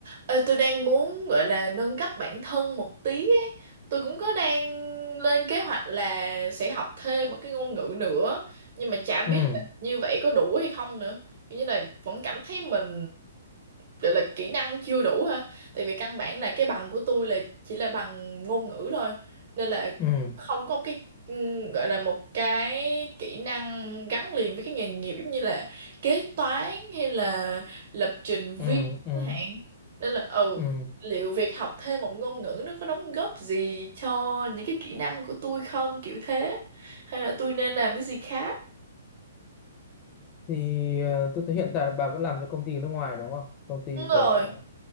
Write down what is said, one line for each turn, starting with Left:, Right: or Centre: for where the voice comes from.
Right: Ờ, tôi đang muốn gọi là nâng cấp bản thân một tí ấy. Tôi cũng có đang lên kế hoạch là sẽ học thêm một cái ngôn ngữ nữa nhưng mà chả biết
Left: ừ
Right: là như vậy có đủ hay không nữa. Kiểu Như là vẫn cảm thấy mình gọi là kỹ năng chưa đủ ha. Tại vì căn bản là cái bằng của tôi là chỉ là bằng ngôn ngữ thôi nên là
Left: ừ
Right: không có cái ừm, gọi là một cái kỹ năng gắn liền với cái nghề nghiệp giống như là kế toán hay là lập trình viên
Left: ừ ừ
Right: chẳng hạn nên là ừ
Left: ừ
Right: liệu việc học thêm một ngôn ngữ nó có đóng góp gì cho những cái kỹ năng của tôi không kiểu thế hay là tôi nên làm cái gì khác
Left: thì ờ, tôi thấy hiện tại bà vẫn làm cho công ty nước ngoài đúng không công ty
Right: đúng rồi
Left: của